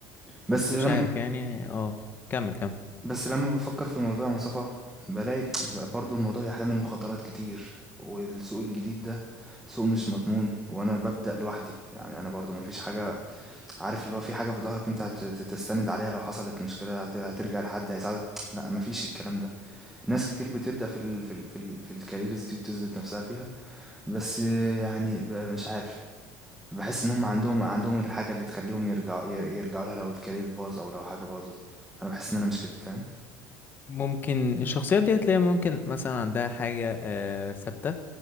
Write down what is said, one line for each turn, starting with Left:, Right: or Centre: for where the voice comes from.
Centre: بس
Left: مش
Centre: لما
Left: عارف يعني اه كمل كمل
Centre: بس لما بفكر في الموضوع يا مصطفى بلاقي برضو الموضوع يحتمل مخاطرات كتير والسوق الجديد ده سوق مش مضمون وأنا ببدأ لوحدي يعني أنا برضو مفيش حاجة عارف اللي هو في حاجة في ظهرك أنت هت- تستند عليها لو حصلت مشكلة هت- هترجع لحد هيساعدك لا مفيش الكلام ده ناس كتير بتبدأ في ال في ال في, ال في الكاريرز دي وبتثبت نفسها فيها بس آه، يعني ب- مش عارف بحس ان هم عندهم عندهم الحاجه اللي تخليهم يرجعوا ير- يرجعوا لها لو الكارير باظ او لو حاجه باظت انا بحس ان انا مش كده فاهم
Left: ممكن الشخصيات دي هتلاقي ممكن مثلا عندها حاجة آه، ثابتة